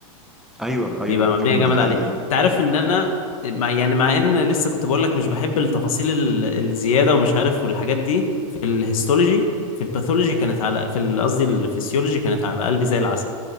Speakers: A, in the centre; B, on the left (about 75°).
A: ايوه ايوه
B: بيبقى مبنيه
A: كمان
B: جامد
A: ده حقيقه
B: عليه انت عارف ان انا مع... يعني مع ان لسه كنت بقول لك مش بحب التفاصيل ال... الزياده ومش عارف والحاجات دي في الهيستولوجي في الباثولوجي كانت على في ال- قصدي الفسيولوجي كانت على قلبي زي العسل